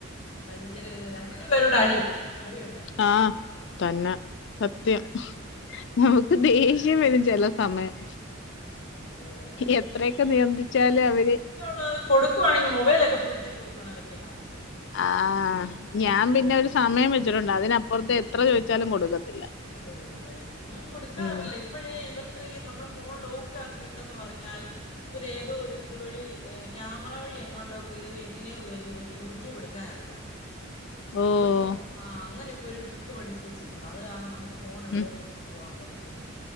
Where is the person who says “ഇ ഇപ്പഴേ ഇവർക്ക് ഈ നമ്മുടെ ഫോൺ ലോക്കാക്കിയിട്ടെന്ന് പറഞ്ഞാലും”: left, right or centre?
Left